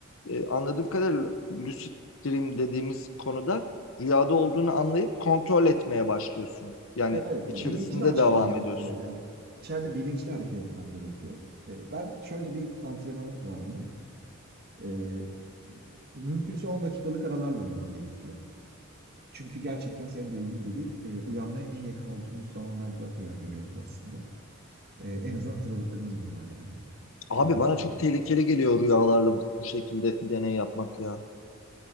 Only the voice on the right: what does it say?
Evet,
ya bilincini açman
gerekiyor.
Yani içeride bilinçli hareket etmen gerekiyor. Ee, ben şöyle bir antrenmanı var bunun. Ee, mümkünse 10 dakikalık aralarla uyuman gerekiyor. Çünkü gerçekten senin de dediğin gibi e, uyanmaya en yakın olduğumuz zamanlarda rüya görüyoruz aslında. Ee, en azından hatırladıklarımız bunlar yani.
Ee,